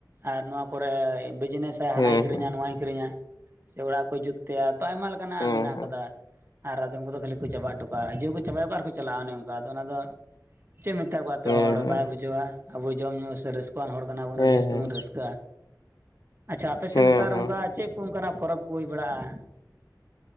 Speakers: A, on the right; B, on the left.
A: ᱟᱨ ᱱᱚᱣᱟ ᱠᱚᱨᱮ ᱵᱤᱡᱽᱱᱮᱥᱟᱭ ᱦᱟᱱᱟᱭ
B: ᱦᱮᱸ
A: ᱠᱤᱨᱤᱧᱟ
B: ᱦᱮᱸ
A: ᱱᱚᱣᱟ ᱟᱠᱷᱨᱤᱧᱟ ᱥᱮ ᱚᱲᱟᱜ ᱠᱚᱭ ᱡᱩᱛ ᱛᱟᱭᱟ ᱛᱚ ᱟᱭᱢᱟ ᱞᱮᱠᱟᱱᱟᱜ
B: ᱦᱮᱸ
A: ᱢᱮᱱᱟᱜ
B: ᱦᱮᱸ
A: ᱟᱠᱟᱫᱟ ᱟᱨ ᱟᱫᱚᱢ ᱠᱚᱫᱚ ᱠᱷᱟᱹᱞᱤ ᱠᱚ ᱪᱟᱴᱵᱟᱜ ᱴᱚᱠᱟᱜᱼᱟᱡᱮ ᱠᱚ ᱪᱟᱵᱟᱭᱟ ᱠᱚ ᱟᱨ ᱪᱟᱞᱟᱜᱼᱟ ᱚᱱᱮ ᱚᱱᱠᱟ ᱟᱫᱚ ᱚᱱᱟ ᱫᱚ ᱪᱮᱫ ᱢᱮᱛᱟ ᱠᱚᱣᱟᱛᱚ
B: ᱦᱮᱸ
A: ᱦᱚᱲ
B: ᱦᱮᱸ
A: ᱵᱟᱭ ᱵᱩᱡᱷᱟᱹᱣᱟ ᱟᱵᱚ ᱡᱚᱢ ᱧᱩ ᱥᱮ ᱨᱟᱹᱥᱠᱟᱹᱣᱟᱱ ᱦᱚᱲ ᱠᱟᱱᱟᱵᱚᱱ
B: ᱦᱮᱸ
A: ᱟᱹᱰᱤ ᱡᱟᱹᱥᱛᱤ
B: ᱦᱮᱸ
A: ᱵᱚᱱ ᱨᱟᱹᱥᱠᱟᱹ ᱟᱪᱪᱷᱟ ᱟᱯᱮ ᱥᱮᱫ
B: ᱦᱮᱸ
A: ᱱᱮᱛᱟᱨ
B: ᱦᱮᱸ
A: ᱚᱱᱠᱟ ᱪᱮᱫ ᱠᱚ ᱚᱱᱠᱟᱱᱟᱜ ᱯᱚᱨᱚᱵᱽ ᱠᱚ ᱦᱩᱭ ᱵᱟᱲᱟᱜᱼᱟ